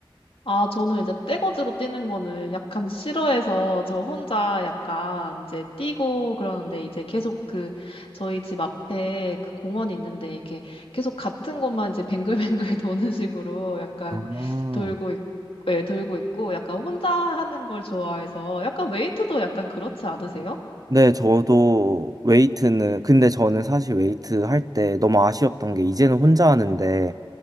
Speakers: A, on the left; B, on the right.
A: 아, 저는 이제 떼거지로 뛰는 거는 약간 싫어해서 저 혼자 약간 이제 뛰고 그러는데 이제 계속 그 저희 집 앞에 그 공원이 있는데 이렇게 계속 같은 곳만 이제 뱅글뱅글 <laughs> 도는 식으로 약간
B: 아.
A: 돌고 있, 예, 돌고 있고 약간 혼자 하는 걸 좋아해서 약간 웨이트도 약간 그렇지 않으세요?
B: 네, 저도 웨이트는, 근데 저는 사실 웨이트 할 때 너무 아쉬웠던 게 이제는 혼자 하는데